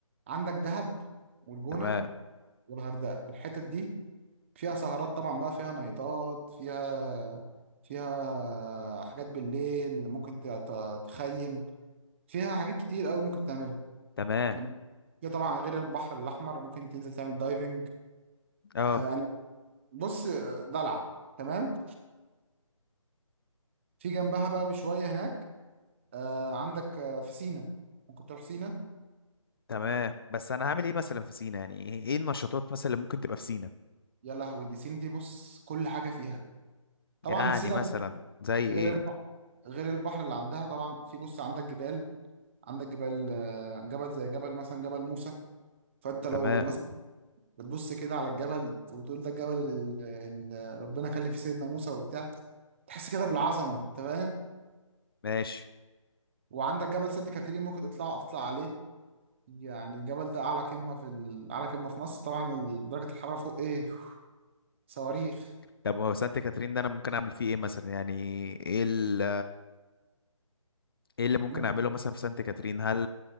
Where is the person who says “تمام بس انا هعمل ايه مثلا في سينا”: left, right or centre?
Left